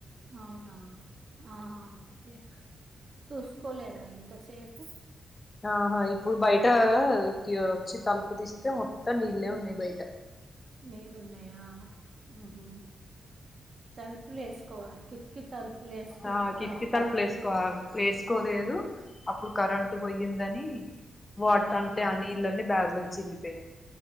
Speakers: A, on the right; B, on the left.
A: అవునా ఆహ ఎక్ చూసుకోలేదా ఇంతసేపు
B: ఆహా ఇప్పుడు బయటకి వచ్చి తలుపు తీస్తే మొత్తం నీళ్లే ఉన్నాయి బయట
A: నీళ్లు ఉన్నాయా ఉహు తలుపులు ఎసుకోవాలి కిక్కి తలుపు పులేస్కుట్
B: ఆ కిటికీ
A: రావాయి
B: తలుపులు వేసుకో వేసుకోలేదు అప్పుడు కరెంట్ పోయిందని వాట్
A: ఆహా!
B: అంటే ఆ నీళ్లన్నీ బ్యాగ్ జిల్లి పైనే